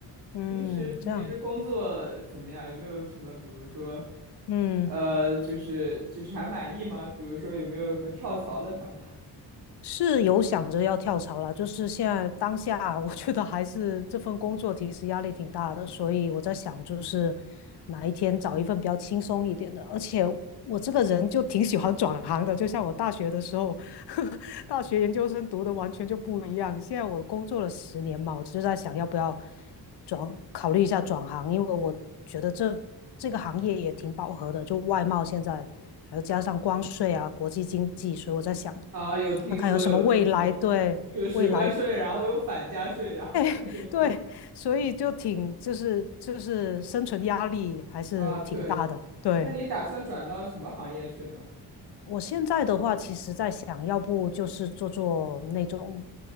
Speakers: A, on the left (about 75°); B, on the right (about 55°).
A: 嗯，
B: 你平时你平时工作怎么样？
A: 这样，
B: 有没有什么，比如说，
A: 嗯。
B: 呃，就是就是还满意吗？比如说有没有什么跳槽的想法？
A: 是有想着要跳槽啦，就是现在当下啊，<laughs> 我觉得还是这份工作其实压力挺大的，所以我在想，就是哪一天找一份比较轻松一点的。而且我这个人就挺喜欢转行的，就像我大学的时候，<laughs> 大学研究生读的完全就不一样。现在我工作了十年嘛，我就在想要不要转，考虑一下转行，因为我觉得这这个行业也挺饱和的，就外贸现在，还有加上关税啊，国际经济，所以我在想。
B: <laughs> 啊，有听说有听说，
A: 看看有什么未来，对，
B: 就是关税，
A: 未来，
B: 然后又反加税，然后各种
A: <laughs> 对，
B: <laughs>
A: 所以就挺就是就是生存压力还是挺大的。
B: 啊，对。
A: 对，
B: 那你打算转到什么行业去呢？
A: 我现在的话，其实在想要不就是做做那种